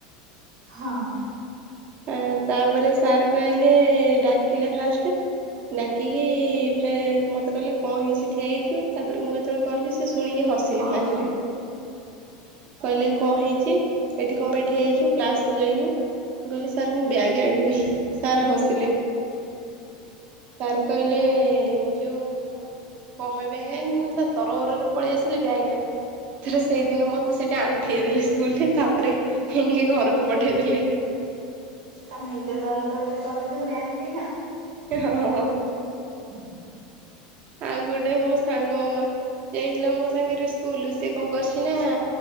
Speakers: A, on the right (about 85°); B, on the right (about 40°).
A: ହଁ
B: ଆଁ ତାପରେ ସାର୍ କହିଲେ ଡାକିଲେ ଫାଷ୍ଟ ଟେ। ଡାକିକି ଫେ ମତେ କହିଲେ କଣ ହେଇଚି ଠିଆ ହେଇଚୁ ତାପରେ ମୁଁ ଯେତେବେଳେ କହିଲି ସେ ଶୁଣିକି ହସିଲେ
A: କଣ
B: ଫାଷ୍ଟ
A: କହିଲି?
B: କହିଲେ କଣ ହେଇଚି ଏଠି କଣ ପାଇଁ ଠିଆ ହେଇଚୁ କ୍ଲାସ କୁ ଯାଇନୁ? ମୁଁ କହିଲି ସାର୍ ମୁଁ ବ୍ୟାଗ ଆଣିନି ସାର୍ ହସିଲେ। ସାର୍ କହିଲେ ଯୋଉ କଁ ପାଇଁ ବ୍ୟାଗ୍ ଆଣିନୁ ସାର୍ ତରବରରେ ପଳେଇ ଆସିଲି ବ୍ୟାଗ୍ ଆଣିନି। ଥରେ ସେଇଦିନ ମତେ ସେଇଠି ଆଣ୍ଠେଇ ଦେଲେ ସ୍କୁଲରେ ତାପରେ ହେ ଗେଁ ଘରକୁ ପଠେଇଦେଲେ।
A: ତମେ ଏତେ ତରତରରେ ଗଲେ ଯେ ବ୍ୟାଗ୍ ନେଇନ।
B: ହଁ ଆଉ ଗୋଟେ ମୋ ସାଙ୍ଗ ଯାଇଥିଲା ମୋ ସାଙ୍ଗରେ ସ୍କୁଲ ସିଏ କଣ କରିଚି ନା